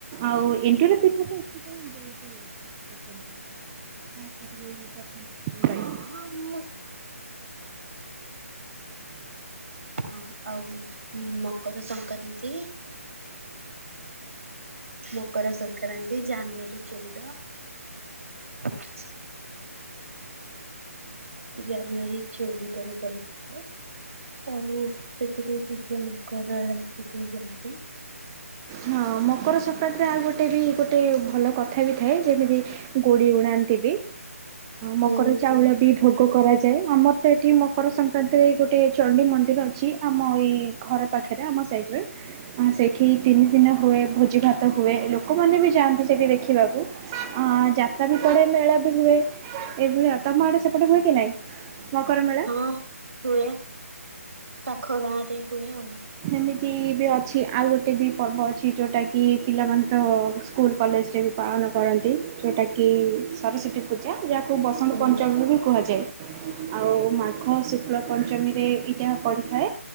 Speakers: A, on the right; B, on the right.
A: ଆଉ ଏନ୍ ପିଠା ତ ଏଥିପାଇଁ ବହୁତ ପସ ତାପରେ ପ୍ରଥମ <unintelligible>
B: ହଁ
A: ପାଈଁ।
B: ମୁଁ ହ ଆଉ ମକର ସଂକ୍ରାନ୍ତି ମକର ସଂକ୍ରାନ୍ତି ଜାନୁଆରୀ ଚଉଦ <inaudible> ଜାନୁଆରୀ ଚଉବଦାର ପଡ଼ି ଥିଲେ। ଆଉ ସେଥିରେ ସୂର୍ଯ୍ୟ ମକର ରାଶି କ ଯାଆନ୍ତି।
A: ହଁ ମକର ସଂକ୍ରାନ୍ତିରେ ଆଉ ଗୋଟେ ବି ଗୋଟେ ଭଲ କଥା ବି ଥାଏ, ଯେମିତି ଗୋଡ଼ି ଉଣାନ୍ତି ବି
B: ହୁଁ
A: ମକର ଚାଉଳ ବି ଭୋଗ କରାଯା ଯାଏ ଆମର ତ ଏଠି ମକର ସଂକ୍ରାନ୍ତିରେ ଗୋଟେ ଚଣ୍ଡିୀ ମନ୍ଦିର ଅଛି, ଆମ ଏଇ ଘର ପାଖରେ ଆମ ଇଡ ରେ ସେଠି ଭିନ୍ନ ହୁଏ ଭୋଜି ଭାତ ହୁଏ, ଲୋକମାନେ ବି ଯାଆନ୍ତି ସେଇଠି ଦେଖିବାକୁ ଅ ଯାତ୍ରା ବି ପଢେ ମେଳା ବି ହୁଏ, ଏଇଭଳିଆ ତମ ଆଡେ ସେପଟେ ହୁଏ, କି ନାଇଁ? ମକର ମେଳା।
B: ହଁ ହୁଏ ପାଖ ଗାଁ ରେହୁଏ ଆଉ।
A: ସେମି ବି ଅଛି ଆଉ ଗୋଟେ ବି ପର୍ବ ଅଛି ଯେଉଁଟାକି ପିଲାମାନେ ତ ସ୍କୁଲ କଲେଜରେ ବି ପାଳନ କରନ୍ତି ଯଉଁଟା କିି ସରସ୍ଵତୀ ପୂଜା ଯା କୁ ବସନ୍ତ
B: ହୁଁ
A: ପଞ୍ଚମୀ ବି କୁହାଯାଏ ।ଆଉ ମାଘ ଶୁକ୍ଳ ପଞ୍ଚମୀ ଇତିହାସ ପଢ଼ିଥାଏ